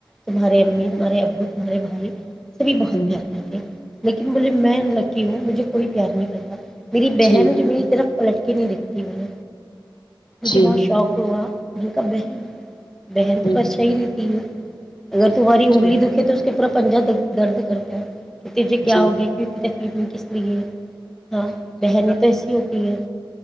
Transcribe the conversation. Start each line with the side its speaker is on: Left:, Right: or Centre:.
Centre: تمہاریے امی تمہارے ابو تمہارے بھائی سبھی بہت
Left: ہ
Centre: پیار کرتے لیکن بھے میں لکی ہوں مجھے کوئی پیار نہیں کرتی ہ میری بہن
Left: جی
Centre: ہے جو میری طرف لٹکی نہیں دکھتی میں نے مجھے
Left: جی
Centre: بہت شوقڈ ہوا جو کاا بہن بحن تو
Left: ہ
Centre: پرچا ہی رہتی ہے اگر تمہاری انگلی
Left: جی
Centre: دکھے تو کترا پنجہ درد کرتا ہے کہ ت جے کیا
Left: جی
Centre: ہو گیا کہک فیڈ میں کس طریے ہاں بہن تو ایسی ہی ہوتی ٹھیک ہے